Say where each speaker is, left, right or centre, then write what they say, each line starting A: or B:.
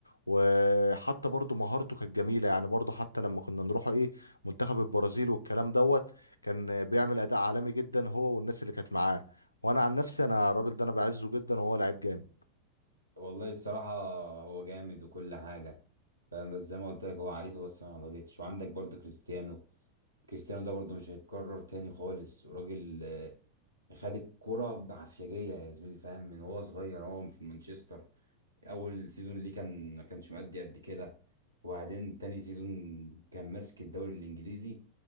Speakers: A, on the left (about 85°); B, on the right (about 80°).
A: وحتى برضو مهارته كانت جميلة يعني برضو حتى لما كنا نروح ايه منتخب البرازيل والكلام دوت كان آه، بيعمل أداء عالمي جدا هو والناس اللي كانت معاه وانا عن نفسي انا الراجل ده انا بعزه جدا وهو لعيب جامد
B: والله الصراحة هو جامد وكل حاجة فاهم بس زي ما قلت لك هو عريته بس ما نضجتش وعندك برضو كريستيانو كريستيانو ده برضو مش هيتكرر تاني خالص وراجل خد الكرة بعفيجية يا زميلي فاهم من وهو صغير هو في مانشستر أول سيزون ليه كان ما كانش مأدي قد كده وبعدين تاني سيزون كان ماسك الدوري الإنجليزي